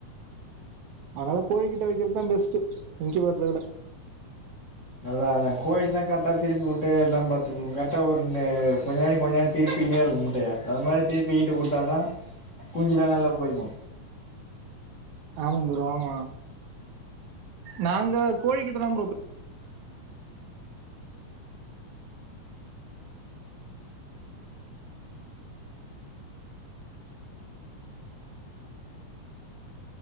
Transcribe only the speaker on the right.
அதனால கோழிகிட்ட வைக்கிறதுதா பெஸ்ட்டு இன்கிபேட்ர விட
ஆமா ப்ரோ ஆமா நாங்க கோழிகிட்டதாம் ப்ரோ